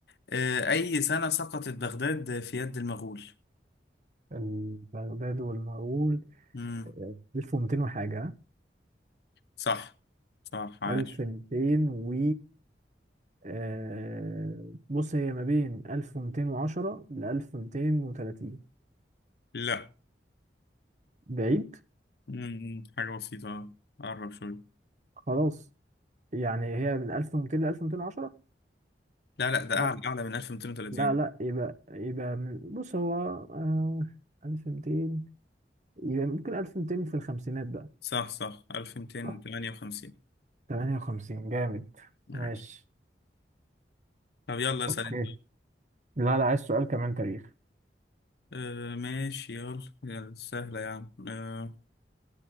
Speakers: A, on the left (about 65°); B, on the right (about 40°).
A: آه، أي سنة سقطت بغداد في يد المغول؟
B: البغداد والمغول
A: مم.
B: آه، 1200 وحاجة ها؟
A: صح صح عاش
B: 1200 و آه، بص هي ما بين 1210 ل 1230
A: لا
B: بعيد
A: مم. حاجة بسيطة آه. قرب شوية
B: خلاص يعني هي من 1200 ل 1210
A: لا لا ده
B: لا
A: أعلى أعلى من 1230
B: لا لا يبقى يبقى من- بص هو آه، 1200 يبقى ممكن 1200 في الخمسينات
A: صح صح 1258
B: بقى تمانية وخمسين جامد
A: ماشي.
B: ماشي
A: طب يلا اسأل
B: اوكي
A: أنت
B: لا لا عايز سؤال كمان تاريخ
A: آه ماشي يلا يلا، سهلة يا عم آه